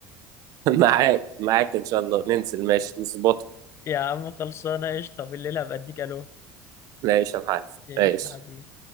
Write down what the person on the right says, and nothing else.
<laughs> معاك معاك ان شاء الله ننزل ماشي نظبطه
ماشي يا معلم
ماشي